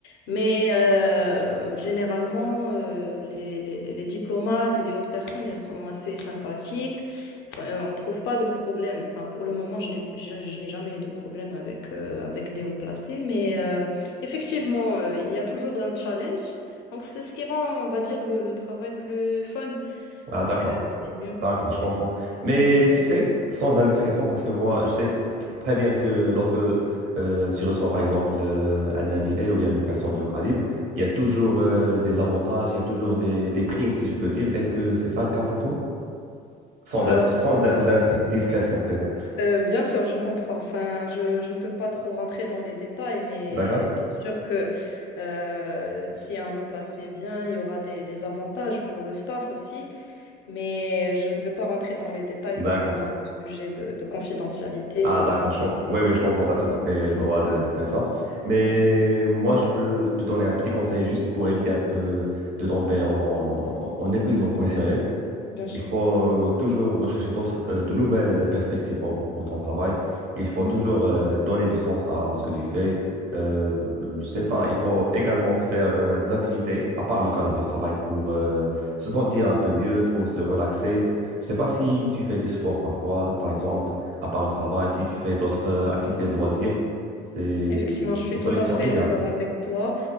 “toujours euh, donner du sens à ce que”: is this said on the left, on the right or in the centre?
Right